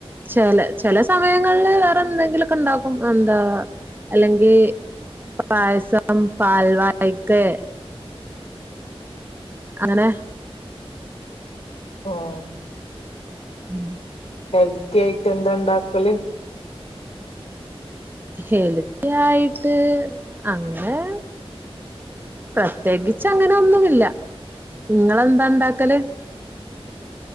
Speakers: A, on the right (about 20°); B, on the left (about 85°).
A: ചെല ചെല സമയങ്ങളില് വേറെന്തെങ്കിലൊക്കെ ണ്ടാക്കും എന്താ അല്ലെങ്കി പായസം പാൽവായക്കെ അങ്ങനെ
B: ഓഹ്
A: ഉം
B: ഹെൽത്തി ആയിട്ട് എന്താ ണ്ടാക്കല്
A: ഹെൽത്തി ആയിട്ട് അങ്ങനെ പ്രത്യേകിച്ച് അങ്ങനെ ഒന്നുമില്ല ഇങ്ങളെന്താ ഇണ്ടാക്കല്